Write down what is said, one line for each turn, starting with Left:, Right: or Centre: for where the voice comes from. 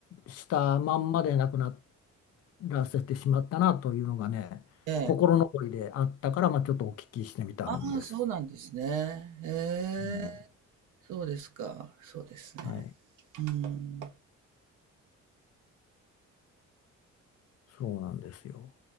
Left: したまんまで亡くなっらせてしまったなというのがね、
Right: ええ、
Left: 心残りであったから、まあ、ちょっとお聞きしてみたんです。
Right: ああ、そうなんですね。え
Left: うん、
Right: え、そうですか、そうですね。
Left: はい、
Right: うん。
Left: そうなんですよ。